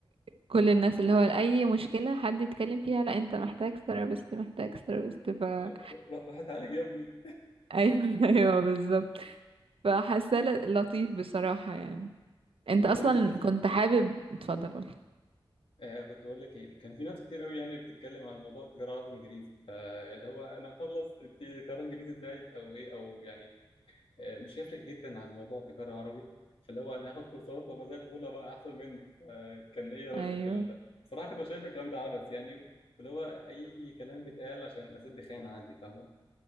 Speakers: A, on the right; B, on the left.
A: كل الناس اللي هو اي مشكله حد يتكلم فيها لا انت محتاج ثيرابيست محتاج ثيرابيست ف ايوه
B: <laughs> روح روح اتعالج يا ابني
A: <laughs> ايوه بالظبط فحاساه ل- لطيف بصراحه يعني انت اصلا
B: <laughs> طيب بالنسبه
A: كنت حابب اتفضل قولي
B: آه كنت بقول لك ايه كان في ناس كتير قوي يعني بتتكلم عن موضوع التجاره عربي وانجليزي فاللي هو انا هخلص انت تجاره انجليزي ازاي او ايه او يعني آه مش هيفرق جدا عن موضوع التجاره عربي فاللي هو انا هاخد كورسات وما زي الفل بقى احسن منك آه كان ايه رايك
A: ايوه
B: في الكلام ده؟ صراحه كنت شايف الكلام ده عبث يعني واللي هو اي كلام بيتقال عشان اسد خانه عندي فاهمه؟